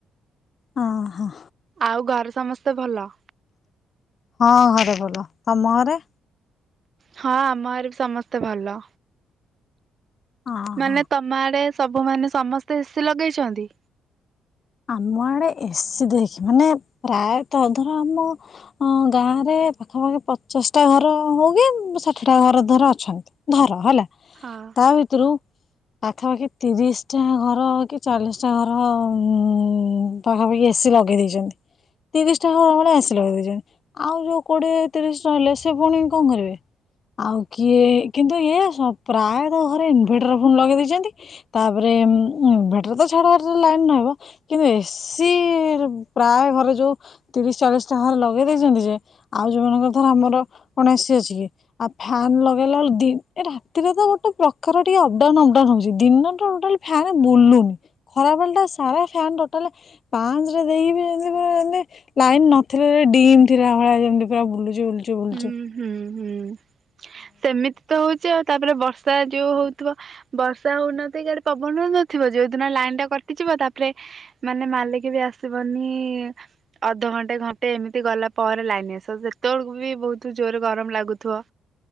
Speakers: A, on the left; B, on the right.
A: ହଁ ହ।
B: ଆଉ ଘରେ ସମସ୍ତେ ଭଲ?
A: ହଁ ଘରେ ଭଲ। ତମ ଘରେ?
B: ହଁ ଆମ ଘରେ ବି ସମସ୍ତେ ଭଲ।
A: ଅହ
B: ମାନେ ତମ ଆଡେ ସବୁମାନେ ସମସ୍ତେ ଏ ସି ଲଗେଇଛନ୍ତି?
A: ଆମ ଆଡେ ଏ ସିି ଦେଇକି ମାନେ ପ୍ରାୟତଃ ଧର ଆମ ଅ ଗାଁରେ ପାଖାପାଖି ପଚାଶଟା ଘର ହଉ କି ଷାଠିଟା ଘର ଧର ଅଛନ୍ତି। ଧର ହେଲା
B: ହଁ
A: ତା ଭିତରୁ ପାଖାପାଖି ତିରିଶ ଟା ଘର କି ଚାଳିଶ ଟା ଘର ଉଁ-ଉ-ଉ ପାଖାପାଖି ଏ ସି ଲଗେଇ ଦେଇଛନ୍ତି। ତିରିଶଟା ଘର ଭଳିଆ ଏ ସି ଲଗେଇ ଦେଇଛନ୍ତି। ଆଉ ଯୋଉ କୋଡିଏ ତିରିଶ ରହିଲେ ସେ ପୁଣି କଣ କରିବେ। ଆଉ କିଏ କିନ୍ତୁ ଇଏ ସ ପ୍ରାୟତଃ ଘରେ ଇନଭେଟର ଫୁନ୍ ଲଗେଇ ଦେଇେଇଛନ୍ତି। ତାପରେ ଇନଭଟର ତ ଛାଡ଼ ଲାଇନ୍ ରହିବ। କିନ୍ତୁ ଏ ସିି ପ୍ରାୟ ଘରେ ଯୋଉ ତିରିଶ ଚାଳିଶ ଟା ଘରେ ଲଗେଇ ଦେଇଛନ୍ତି ଯେ, ଆଉ ଯୋଉ ମାନଙ୍କର ଧର ଆମର କଣ ଏ ସି ଅଛି କି। ଆଉ ଫ୍ୟାନ୍ ଲଗେଇଲା ବେଳେ ଦି ଏ ରାତିରେ ତ ଗୋଟେ ପ୍ରକାର ଟିକେ ଅପଡାଉନ୍ ଅପଡାଉନ୍ ହଉଛି। ଦିନଟା ଟୋଟାଲ୍ ଫ୍ୟାନ ବୁଲୁନି ଖରାବେଳ ଟା ସାରା ଫ୍ୟାନ୍ ଟୋଟାଲ ପାଞ୍ଚରେ ଦେଇକି ବି ଯେମିତି କି ଯେମିତି ଲାଇନ ନଥିଲେ ଡିମ୍ ଥିଲା ଭଳିଆ ଯେମିତି ପୁରା ବୁଲୁ ଯି ବୁଲୁଛି ବୁଲୁଛି
B: ହୁଁ ହୁଁ ହୁଁ। ସେମିତି ତ ହଉଛି ଆଉ ତାପରେ ବର୍ଷ ବର୍ଷା ଯେଉ ହଉଥିବ ବର୍ଷା ହଉନାଆନ୍ତି କି ୟାଡେ ପବନ ନଥିବ। ଯୋଉ ଦିନ ଲାଇନ ଟା କଟିଯିବ ତାପରେ ମାନେ ମାଲିକ ବି ଆସିବନି ଇ-ଇ ଅଧଘଣ୍ଟେ ଘଣ୍ଟେ ଏମିତି ଗଲାପରେ ଲାଇନ ଆସିବ। ସେତେବେଳକୁ ବି ବହୁତୁ ଜୋରେ ଗରମ ଲାଗୁଥିବ?